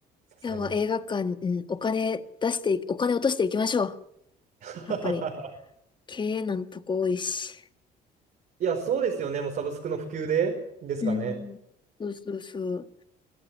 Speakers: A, on the right (about 60°); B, on the left (about 25°).
A: さすがに。
B: やば、映画館、うん、お金出してい、お金落としていきましょう。
A: <laughs>
B: やっぱり。経営難のとこ多いし。
A: いや、そうですよね。もうサブスクの普及でですかね。
B: うん。そうそうそう。